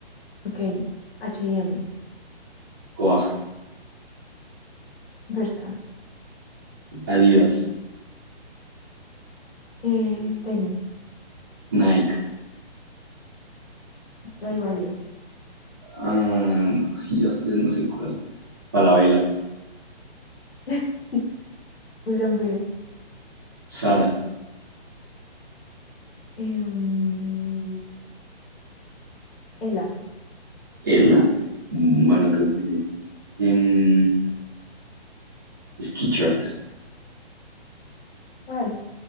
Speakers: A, on the left (about 65°); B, on the right (about 20°).
A: Ok, H&M,
B: Coag,
A: Bershka,
B: Adidas,
A: eh, tenis,
B: Nike.
A: Stradivarius,
B: Ah, no, <laughs> ya, ya no sé cuál. Falabella,
A: <laughs> Pull&Bear,
B: Sara,
A: em, Ela,
B: ¿Ela? Mm, Bueno, creo que sí. Em, Skechers,
A: ¿cuál?